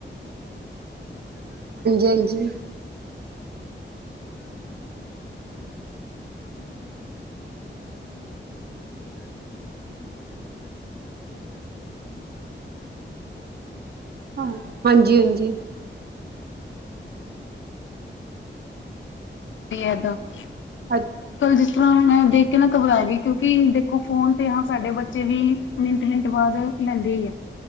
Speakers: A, on the left (about 80°); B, on the right (about 55°).
A: ਠੀਕ ਹੈ। ਇੰਸਟਾਗ੍ਰਾਮ ਦਾ ਬਹੁਤ ਜ਼ਿਆਦਾ
B: ਹਾਂਜੀ
A: ਯੂਜ਼ ਕਰ। ਉਹ ਮਤਲਬ ਉਹਨੇ ਕੁਛ ਐਸ ਸਕੈਮ ਵਗੈਰਾ ਹੁੰਦੇ ਜਿ ਕੁਛ ਮੈਨੂੰ ਪਤਾ ਲੱਗਿਆ। ਜਿਹਦੇ ਕਰਕੇ ਉਹ ਟੈਮ ਵਿੱਚ ਫਸ ਗਿਆ,,,,, ਠੀਕ ਹੈ
B: ਹਾਂ
A: ਤੇ
B: ਹਾਂਜੀ
A: ਉਹ
B: ਹਾਂਜੀ
A: ਮਤਲਬ, <inaudible> ਅੱਜ
B: ਅ
A: ਕਲ ਜਿਸ ਤਰ੍ਹਾਂ ਮੈਂ ਦੇਖ ਕੇ ਨਾ, ਘਬਰਾ ਗਈ ਕਿ ਦੇਖੋ ਫੋਨ ਤੇ ਹਾਂ ਸਾਡੇ ਬੱਚੇ ਵੀ ਮਿੰਟ ਮਿੰਟ ਬਾਅਦ ਲੈਂਦੇ ਹੀ ਆ,